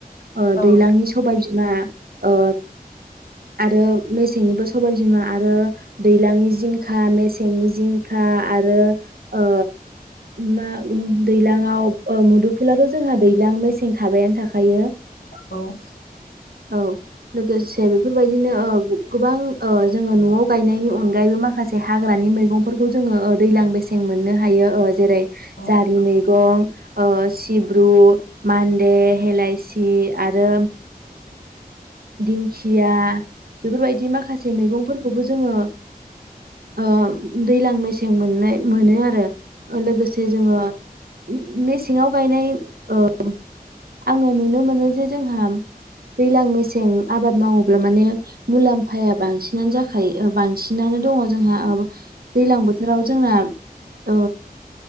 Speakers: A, on the right; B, on the left.
A: ओ
B: औ
A: दैलांनि सबाय बिमा ओ आरो मेसेंनिबो सबाय बिमा आरो दैलांनि जिंखा मेसेंनि जिंखा आरो ओ मा दैलाङाव ओ मुदुफुलाथ' जोंहा दैलां मेसें थाबायानो थाखायो
B: औ
A: औ लोगोसे दे बेफोरबायदिनो ओ गोबां ओ जोङो न'वाव गायनायनि अनगायैबो माखासे हाग्रानि मैगं जोङो ओ दैलां मेसें मोननो हायो जेरै
B: औ
A: जारि मैगं ओ सिब्रु मान्दे हेलायसि आरो दिंखिया बेफोरबायदि माखासे मैगंफोरखौबो जोङो ओ दैलां मेसें मोननाय मोनो आरो लोगोसे जोङो मेसेङाव गायनाय ओ आङो नुनो मोनो जे जोंहा दैलां मेसें आबाद मावोब्ला माने मुलाम्फाया बांसिनानो जाखायो बांसिनानो दङ जोंहा ओ दैलां बोथोराव जोंना ओ